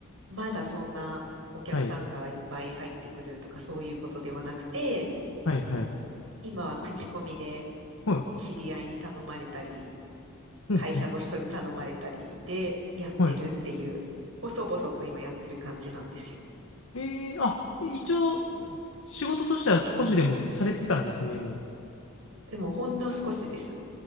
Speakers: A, on the right; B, on the left.
A: まだそんなお客さんがいっぱい入ってくるとかそういうことではなくて、
B: あ。はい、はい、はい。
A: 今は口コミで
B: はい、
A: 知り合いに頼まれたり、
B: うん、
A: 会社の人に頼まれたりでやってるっていう、
B: うん、はい。
A: 細々と今やってる感じなんですよ。
B: ええーあ、一応、仕事としては少しでもされてたんですね、
A: うん。
B: もう。
A: でもほんの少しです。